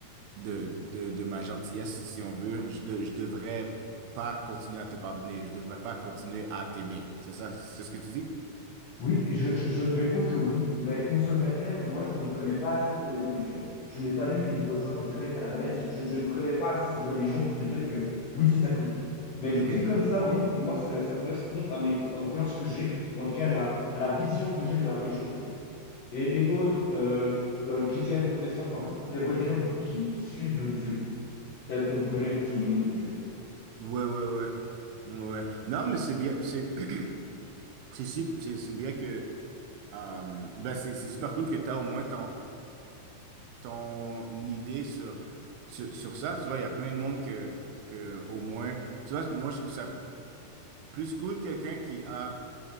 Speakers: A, on the right (about 75°); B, on the left (about 75°).
A: de, de, de ma gentillesse, si on veut, je, de- je devrais pas continuer à te pardonner, je devrais pas continuer à t'aimer. C'est ça, c'est ce que tu dis?
B: Oui, je, je, je te réponds que oui, mais qu'on soit bien clair, moi je ne m'y connais pas assez dans l'évolution. Je n'ai pas lu les livres saints, je n'ai jamais été à la messe, je, je ne connais pas assez cette religion pour te dire que oui, c'est ça que je dis. Mais
A: OK.
B: dit comme ça, oui, pour moi, ça, ça correspond à mes cro- aux croyances que j'ai, ou en tout cas à la, à la vision que j'ai de la religion chrétienne. Et, et autres euh, euh, chrétiennes, protestantes, enfin toutes les religions du coup qui, qui suivent le Dieu, tel qu'on le connaît sous le nom de Dieu.
A: Ouais, ouais, ouais. Ouais, ouais. Non, mais c'est bien, c'est, <clears throat> c'est, sup- c'est, c'est bien que, euh, ben c'est, c'est super cool que tu as au moins ton, ton idée sur, sur, sur ça. Tu vois, il y a plein de monde que, que, au moins, tu vois, moi, je trouve ça plus cool quelqu'un qui a,